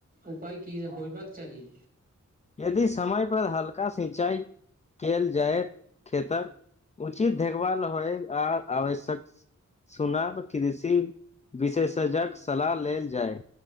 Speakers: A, on the right; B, on the left.
A: उपाय की हे होयबाक चाही।
B: यदि समय पर हल्का सिंचाई कयल जायत खेतक उचित देखभाल होइ आ आवश्यक सुनाब कृषि विशेषजक सलाह लेल जाय